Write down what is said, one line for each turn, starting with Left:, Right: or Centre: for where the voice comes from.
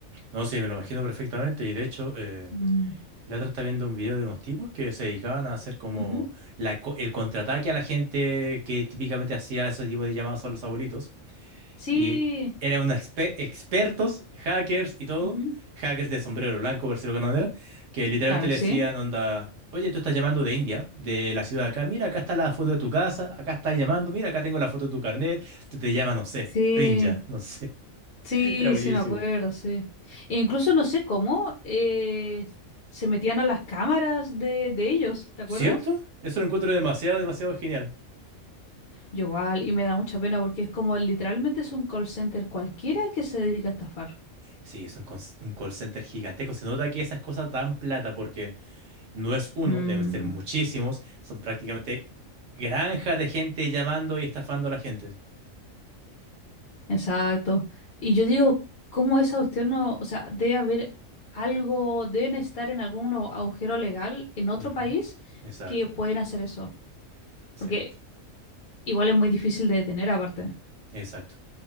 Right: No, sí, me lo imagino perfectamente. Y de hecho, eh,
Left: Mm.
Right: la otra está viendo un video de unos tipos que se dedicaban a hacer como
Left: Ujú.
Right: la, co- el contraataque a la gente que típicamente hacía ese tipo de llamadas a los abuelitos.
Left: Sí,
Right: Y eran unos expe- expertos, hackers y todo,
Left: ujú,
Right: hackers de sombrero blanco, por decirlo de alguna manera, que literalmente
Left: Claro,
Right: le
Left: sí.
Right: decían, onda, oye, tú estás llamando de India, de la ciudad de acá, mira, acá está la foto de tu casa, acá estás llamando, mira, acá tengo la foto de tu carnet, tú te llamas, no sé,
Left: Sí,
Right: Prinja, no sé,
Left: sí,
Right: <laughs> era buenísimo.
Left: sí, me acuerdo, sí. E incluso no sé cómo eh, se metían a las cámaras de, de ellos, ¿te acuerdas?
Right: ¿Cierto? Eso lo encuentro demasiado, demasiado genial.
Left: Yo igual, y me da mucha pena porque es como literalmente es un call center cualquiera que se dedica a estafar.
Right: Sí, es un, cons- un call center gigantesco, se nota que esas cosas dan plata porque... No es uno,
Left: Mm.
Right: deben ser muchísimos. Son prácticamente granja de gente llamando y estafando a la gente.
Left: Exacto. Y yo digo, ¿cómo esa cuestión no, o sea, debe haber algo, deben estar en algún o- agujero legal en otro
Right: Ujú.
Left: país
Right: Exacto,
Left: que pueden hacer eso?
Right: exacto,
Left: Porque igual es muy difícil de detener aparte.
Right: exacto.